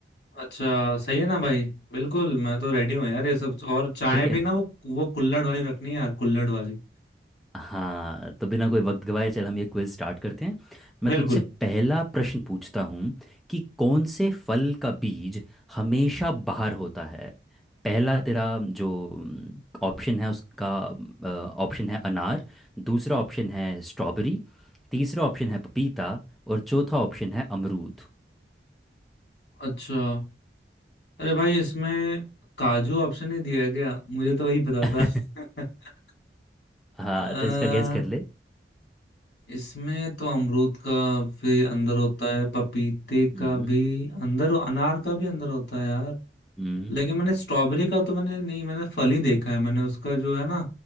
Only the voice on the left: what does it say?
अच्छा सही है ना भाई बिल्कुल मैं तो रेडी हूँ यार ये सब और चाय
भी ना वो वो कुल्हड़ वाली रखनी है यार कुल्हड़ वाली
बिल्कुल
अच्छा अरे भाई इसमें काजू ऑप्शन ही दिया है क्या मुझे तो वही पता
था <laughs>
अ,
इसमें तो अमरूद का भी अंदर होता है पपीते
का भी अंदर अनार का भी अंदर होता है यार
लेकिन मैंने स्ट्रॉबेरी का तो मैंने नहीं मैंने फल ही देखा है मैंने उसका जो है ना